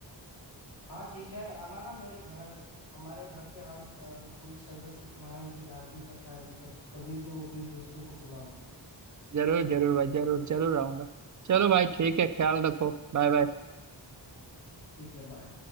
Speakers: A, on the left (about 55°); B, on the right (about 40°).
A: हाँ ठीक है आना ना मेरे घर हमारे घर पे हर अ, कोई सदस्य तुम्हारा इंतजार भी करता है कि कब कभी तो अपने दोस्तों को बुला लो
B: जरूर जरूर भाई जरूर जरूर आऊंगा चलो भाई ठीक है ख्याल रखो बाय बाय
A: ठीक है बाय